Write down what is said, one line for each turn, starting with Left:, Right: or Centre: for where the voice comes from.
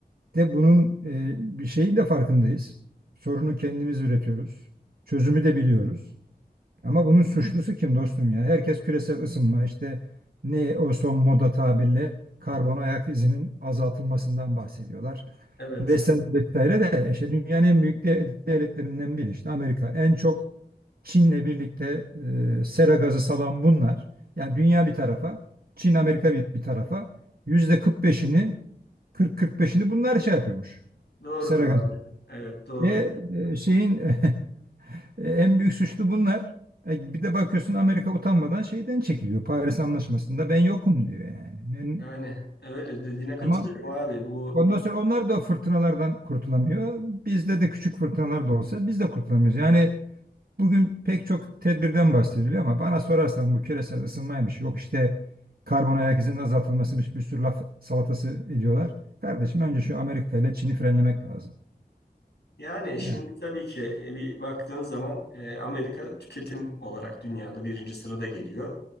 Right: De bunun e, bir şeyin de farkındayız. Sorunu kendimiz üretiyoruz. Çözümü de biliyoruz. Ama bunun suçlusu kim dostum ya? Herkes küresel ısınma işte ne o son moda tabirle karbon ayak izinin azaltılmasından bahsediyorlar.
Left: evet
Right: Vesaire vesaire de işte dünyanın en büyük de- devletlerinden biri işte Amerika. En çok Çin'le birlikte e, sera gazı salan bunlar. Yani dünya bir tarafa, Çin Amerika bir, bir tarafa yüzde 45'ini 40-45'ini bunlar şey yapıyormuş.
Left: doğrudur
Right: Sera
Left: abi.
Right: gazı.
Left: Evet doğrudur.
Right: E, e, şeyin <laughs> E, en büyük suçlu bunlar. E, bir de bakıyorsun Amerika utanmadan şeyden çekiliyor. Paris Anlaşması'nda ben yokum diyor yani.
Left: Yani
Right: Ne-
Left: öyle dediğine katılıyorum
Right: Ama
Left: abi. Bu
Right: ondan sonra onlar da fırtınalardan kurtulamıyor. Bizde de küçük fırtınalar da olsa biz de kurtulamıyoruz. Yani bugün pek çok tedbirden bahsediliyor ama bana sorarsan bu küresel ısınmaymış. Yok işte karbon ayak izinin azaltılmasıymış. Bir sürü laf salatası ediyorlar. Kardeşim önce şu Amerika ile Çin'i frenlemek lazım.
Left: yani şimdi
Right: Yani
Left: tabii ki e, bir baktığın zaman e, Amerika tüketim olarak dünyada birinci sırada geliyor.